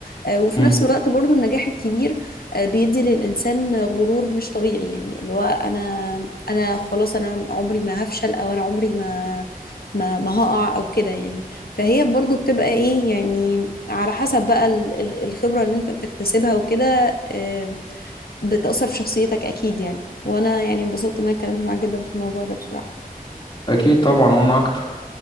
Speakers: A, on the left; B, on the left.
A: آه، وفي
B: مم.
A: نفس الوقت برضو النجاح الكبير آه، بيدي للإنسان غرور مش طبيعي يعني اللي هو أنا أنا خلاص أنا عمري ما هفشل أو أنا عمري ما ما ما هقع أو كده يعني فهي برضو بتبقى إيه يعني على حسب بقى ال- ال- الخبرة اللي أنت بتكتسبها وكده آه، بتأثر في شخصيتك أكيد يعني وأنا يعني انبسطت إن أنا اتكلمت معاك جدا في الموضوع ده بصراحة
B: اكيد طبعا وانا اكتر